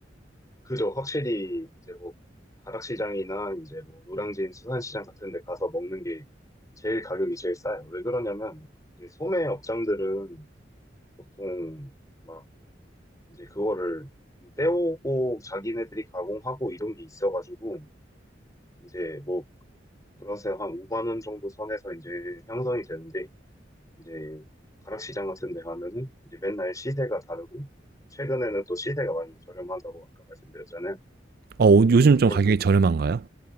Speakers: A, on the left; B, on the right.
A: 그죠. 확실히 이제 뭐 가락시장이나 이제 뭐 노량진 수산시장 같은 데 가서 먹는 게 제일 가격이 제일 싸요. 왜 그러냐면 이제 소매 업장들은 보통 막 이제 그거를 떼오고 자기네들이 가공하고 이런 게 있어가지고 이제 뭐 그래서 한 5만 원 정도 선에서 이제 형성이 되는데 이제 가락시장 같은 데 가면은 이제 맨날 시세가 다르고 최근에는 또 시세가 많이 저렴하다고 아까 말씀드렸잖아요.
B: 어, 오-
A: 예,
B: 요즘
A: 그럴
B: 좀 가격이 저렴한가요?